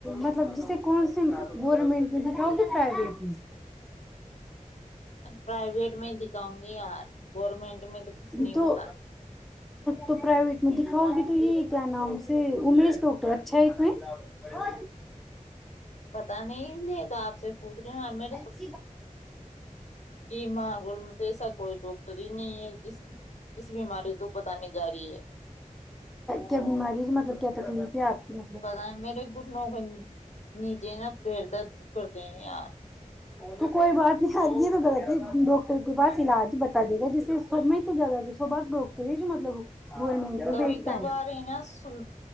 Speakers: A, in the centre; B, on the left (about 55°).
A: مطلب جیسے کون سےی گورنمنٹ میں دکھاؤ گی پرائیویٹ میں ج
B: پرائیویٹ میں دکھاؤں گی یار گورنمنٹ میں تو کچھ نہیں
A: تو
B: ہوتا
A: تو پرائیویٹ میں دکھاؤ گے تو یہ کیا نام سے امیش ڈاکٹر اچھا ہے توہ
B: پتا نہیں اس لیے تو آپ سے پوچھ رہی ہ میں
A: اات
B: کہ مانگرول میں تو ایسا کوئی ڈاکٹر ہی نہیں ہے جس اس بیماری تو بتانے جا رہی ہے
A: کیا بیماری مطلب کیا تکلیف ہے آپ کی مطلب
B: پتا ہے میرے گٹ نوکری نیجے نا پیرد نہیں یار
A: تو کوئی بات نہیں ہرے تو غلط ہے ڈاکٹر کے پاس علاج بتا دے گا جیسے سرم ہی تو زیادہ بعد ڈاکٹر ہی جو مطلب گورنمنٹ میں
B: کبھی
A: بیٹھتا
B: کبھار ہے نا سن